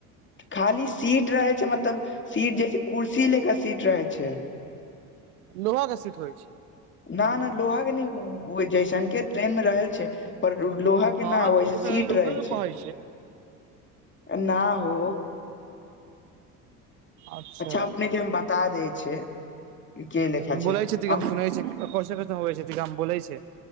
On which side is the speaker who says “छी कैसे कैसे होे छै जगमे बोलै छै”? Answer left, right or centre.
Right